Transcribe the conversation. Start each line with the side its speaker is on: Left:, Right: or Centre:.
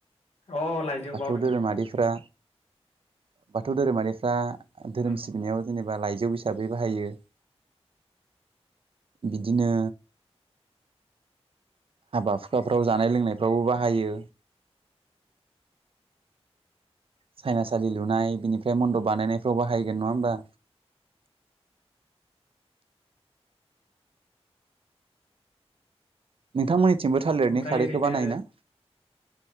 Left: अ लाइजौ
Right: बाथौ
Left: बावदों
Right: धोरोमारिफ्रा
Left: आङो औ नंगौ।
Right: बाथौ धोरोमारिफ्रा धोरोम
Left: उम
Right: सिबिनायाव जेनेबा लाइ जौ हिसाबै बाहायो। बिदिनो हाबा हुखाफ्राव जानाय लोंनायफ्रावबो बाहायो। सायनासालि लुनाय बिनिफ्राय मन्दप बानायनायफ्राव बाहायगोन नङा होमबा? नोंथांमोननि थिंबो थालिरनि
Left: ओमफ्राय
Right: खारैखौ
Left: ओरैनो
Right: बानायो ना?